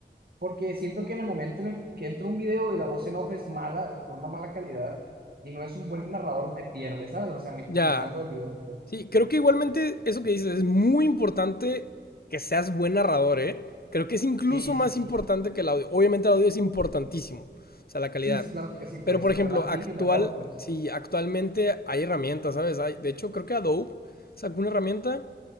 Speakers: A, on the right; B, on the left.
A: porque siento que en el momento en el que entra un video y la voz en off es mala, con una mala calidad, y no es un buen narrador, me pierde, ¿sabes? O sea, me,
B: Ya,
A: me salgo del video.
B: sí, creo que igualmente eso que dices es muy importante que seas buen narrador, ¿eh? Creo que es incluso
A: Sí, sí,
B: más
A: sí.
B: importante que el audio. Obviamente el audio es importantísimo, o sea, la calidad.
A: Sí, sí, claro que sí, pues
B: Pero por ejemplo,
A: entre más
B: actual,
A: limpio mejor, pues.
B: sí, actualmente hay herramientas, ¿sabes? Hay, de hecho, creo que Adobe sacó una herramienta